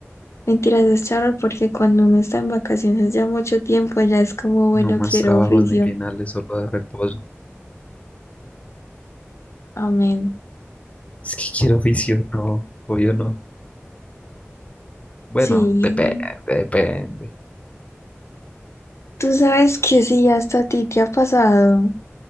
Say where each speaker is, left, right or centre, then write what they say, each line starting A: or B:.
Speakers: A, on the left (about 75°); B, on the left (about 30°).
A: Mentiras, es charro porque cuando uno está en vacaciones ya mucho tiempo, ya es como, bueno,
B: No más
A: quiero
B: trabajos
A: oficio.
B: ni finales, solo de reposo.
A: Amén.
B: Es que quiero oficio, no, yo no. Bueno,
A: Sí,
B: depende, depende.
A: Tú sabes que sí, hasta a ti te ha pasado.